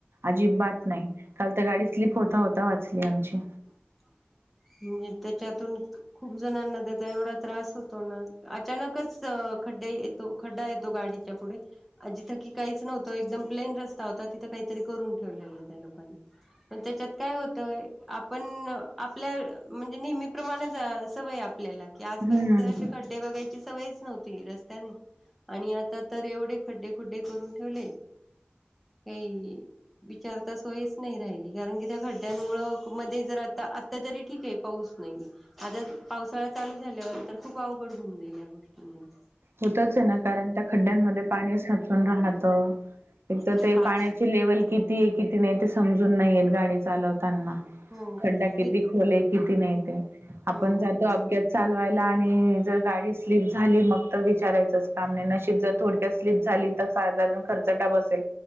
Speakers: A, on the right; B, in the centre.
A: अजिबात नाही. काल तर गाडी स्लीप होता होता वाचली आमची.
B: <inaudible> म्हणजे त्याच्यातून खूप जणांना त्याचा एवढा त्रास होतो ना अचानकच अं ख ते येतो खड्डा येतो गाडीच्या पुढे. जिथं की काहीच नव्हतं एकदम प्लेन रस्ता होता. तिथ काहीतरी करून ठेवलेलं त्या लोकांनी, पण त्याच्यात काय होतंय आपण आपल्या म्हणजे नेहमी प्रमाणच सवय आपल्याला की आजपर्यंत
A: हम्म
B: काय असे खड्डे बघायची चवच नव्हती रस्त्याने आणि आता तर एवढे खड्डे खुड्डे करून ठेवले काही विचारता सोयच नाही राहिली, कारण की त्या खड्ड्यांमुळे मध्ये जर आता आ आता तरी ठीके पाऊस नाहीये. आता पावसाळा चालू झाल्यावर तर खूप अवघड घुऊन जाईल या गोष्टींमध्ये.
A: होतच आहे ना कारण त्या खड्ड्यांमध्ये पाणी साचून राहतं. एक तर
B: हो
A: ते
B: पाणी
A: पाण्याची लेवल किती आहे, किती नाही ते समजून नाहीयेत गाडी चालवत ताना
B: हो
A: खड्डा किती
B: कि
A: खोल आहे किती नाही ते. आपण
B: हो
A: जातो
B: कि
A: अपग्यात चालवायला आणि जर गाडी स्लिप झाली मग तर विचारायचच काम नाही नशीब जर नर थोडक्यात स्लीप झाली तर <unintelligible> जाऊन नुसतं खरचटा बसेल.